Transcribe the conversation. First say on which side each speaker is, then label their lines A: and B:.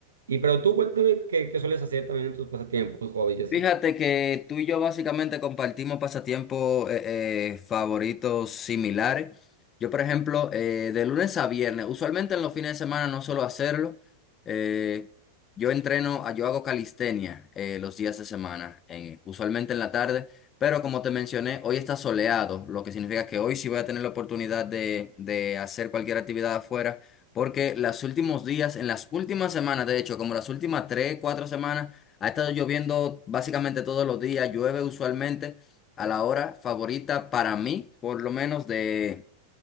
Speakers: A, on the right; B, on the left.
A: Y pero tú cuéntame qué, qué sueles hacer también en tus pasatiempos, hobbies y así.
B: Fíjate que tú y yo básicamente compartimos pasatiempos eh, eh, favoritos similares. Yo, por ejemplo, eh, de lunes a viernes, usualmente en los fines de semana no suelo hacerlo. eh, yo entreno, ah, yo hago calistenia eh, los días de semana, eh, usualmente en la tarde, pero como te mencioné, hoy está soleado, lo que significa que hoy sí voy a tener la oportunidad de, de hacer cualquier actividad afuera, porque los últimos días, en las últimas semanas, de hecho, como las últimas tres, cuatro semanas, ha estado lloviendo básicamente todos los días, llueve usualmente a la hora favorita para mí, por lo menos de